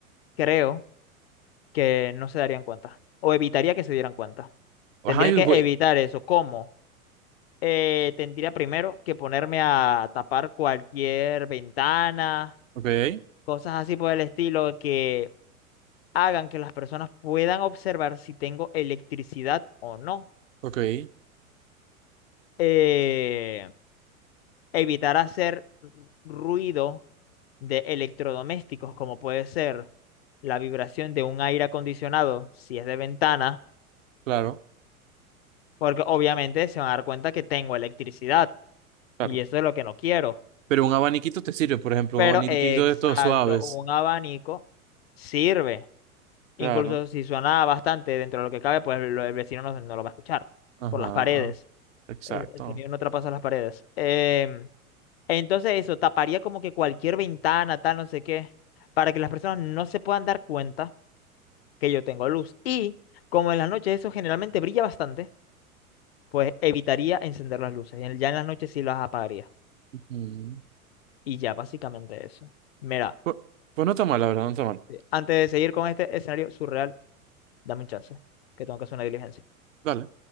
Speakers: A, on the left; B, on the right.
A: creo que no se darían cuenta, o evitaría que se dieran cuenta.
B: Ajá,
A: Tendría
B: y
A: que
B: voy.
A: evitar eso, ¿cómo? eh, tendría primero que ponerme a tapar cualquier ventana,
B: Ok,
A: cosas así por el estilo que hagan que las personas puedan observar si tengo electricidad o no.
B: ok,
A: Eh, evitar hacer ruido de electrodomésticos, como puede ser la vibración de un aire acondicionado, si es de ventana,
B: claro,
A: porque obviamente se van a dar cuenta que tengo electricidad
B: claro.
A: y eso es lo que no quiero.
B: Pero un abaniquito te sirve, por ejemplo,
A: Pero
B: un abaniquito
A: exacto,
B: de estos suaves.
A: un abanico sirve. Incluso
B: Claro.
A: si suena bastante dentro de lo que cabe, pues lo- el vecino no, no lo va a escuchar
B: Ajá,
A: por las paredes.
B: exacto.
A: El, el sonido no traspasa las paredes. Em, entonces eso, taparía como que cualquier ventana, tal, no sé qué, para que las personas no se puedan dar cuenta que yo tengo luz. Y como en las noches eso generalmente brilla bastante, pues evitaría encender las luces. En- Ya en las noches sí las apagaría.
B: Ujú.
A: Y ya básicamente eso. Mira.
B: Pues, pues no está mal, la verdad, no está mal.
A: Sí. Antes de seguir con este escenario surreal, dame un chance, que tengo que hacer una diligencia.
B: Dale.